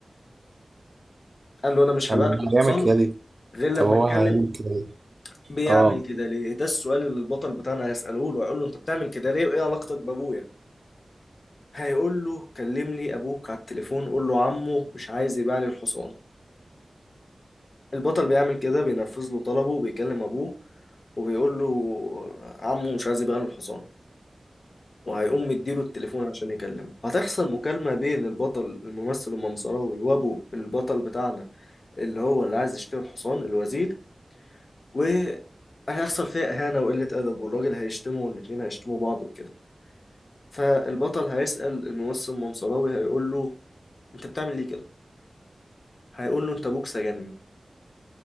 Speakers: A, on the left; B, on the right.
A: قال له انا مش
B: طب
A: هبيع
B: ما
A: لك
B: هو
A: الحصان
B: هيعمل كده ليه
A: غير لما
B: طب هو
A: اتكلم
B: هيعمل كده ليه
A: بيعمل
B: اه
A: كده ليه ده السؤال اللي البطل بتاعنا هيسأله له هيقول له انت بتعمل كده ليه وايه علاقتك بابويا هيقول له كلم لي ابوك على التليفون قول له عمو مش عايز يبيع لي الحصان البطل بيعمل كده بينفذ له طلبه وبيكلم أبوه وبيقول له عمه مش عايز يبيع له الحصان وهيقوم مديله التليفون عشان يكلمه هتحصل مكالمة بين البطل الممثل المنصراوي وأبو البطل بتاعنا اللي هو اللي عايز يشتري الحصان الوزير وهيحصل فيها إهانة وقلة أدب والراجل هيشتمه والاتنين هيشتموا بعض وكده فالبطل هيسأل الممثل المنصراوي هيقول له أنت بتعمل ليه كده؟ هيقول له أنت أبوك سجنني